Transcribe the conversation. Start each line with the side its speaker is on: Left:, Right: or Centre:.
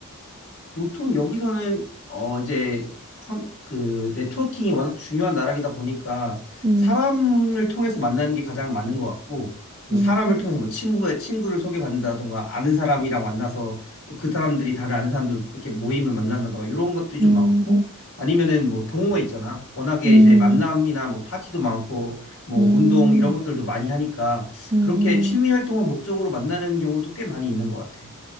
Left: 보통 여기서는 어 이제 컴- 그 네트워킹이 워낙 중요한 나라이다 보니까
Right: 음,
Left: 사람을 통해서 만나는 게 가장 많은 것 같고 그래서
Right: 음,
Left: 사람을 통해서 뭐 친구의 친구를 소개받는다던가 아는 사람이랑 만나서 또 그 사람들이 다른 아는 사람들 이렇게 모임을 만난다던가 이런 것들이 좀
Right: 음,
Left: 많고
Right: 음,
Left: 아니면은 뭐 동호회 있잖아 워낙에
Right: 음,
Left: 이제 만남이나 뭐 파티도 많고 뭐
Right: 음,
Left: 운동 이런 것들도 많이 하니까
Right: 음.
Left: 그렇게 취미
Right: 음.
Left: 활동을 목적으로 만나는 경우도 꽤 많이 있는 것 같아.